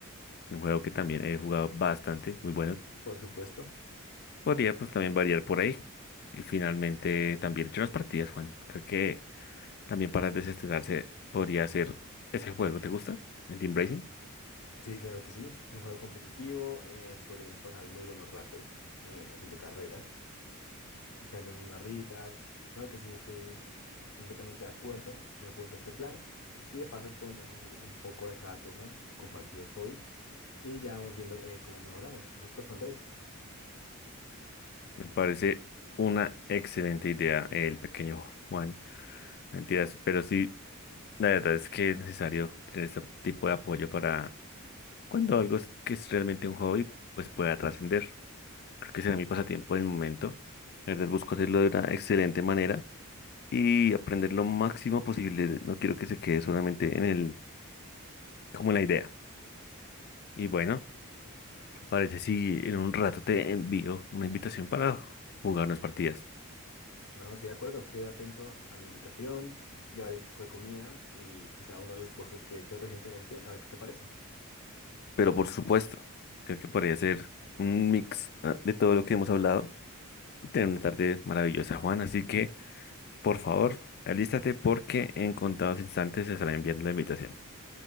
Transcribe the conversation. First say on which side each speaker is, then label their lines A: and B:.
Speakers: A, on the left (about 45°); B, on the left (about 80°).
A: un juego que también he jugado bastante, muy bueno.
B: Por supuesto.
A: Podría pues también variar por ahí. Y finalmente también he hecho unas partidas, Juan. Creo que también para desestresarse podría ser ese juego. ¿Te gusta? El Team Racing.
B: Sí, claro que sí. Es un juego competitivo, eh, podríamos pasar muy buenos ratos eh, haciendo carreras. echando en una risa. Claro que sí, estoy completamente de acuerdo. Me apunto a este plan. Y de paso podemos hacer un poco de cada cosa, compartir los hobbies y ya vamos viendo eh, cómo mejoramos. Por supuesto, Andrés.
A: Me parece una excelente idea el pequeño Juan. Mentiras, pero sí. La verdad es que es necesario tener este tipo de apoyo para cuando algo es- que es realmente un hobby, pues pueda trascender. Creo que será mi pasatiempo en el momento. La verdad busco hacerlo de una excelente manera y aprender lo máximo posible. No quiero que se quede solamente en el, como en la idea. Y bueno, parece si en un rato te envío una invitación para jugar unas partidas.
B: No, sí, de acuerdo. Quedo atento a la invitación, llevaré un poco de comida y quizá uno de los postres que he hecho recientemente. A ver qué te parece.
A: Pero por supuesto, creo que podría ser un mix ah, de todo lo que hemos hablado y tener una tarde maravillosa, Juan. Así que... Por favor, alístate porque en contados instantes se estará enviando la invitación.